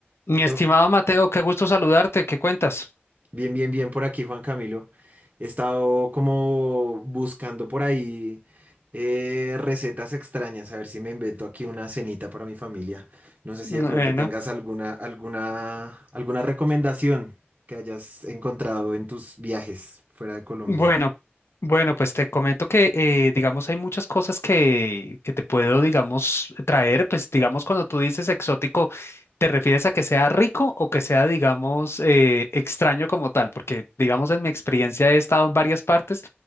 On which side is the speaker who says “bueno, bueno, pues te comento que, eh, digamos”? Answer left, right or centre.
Left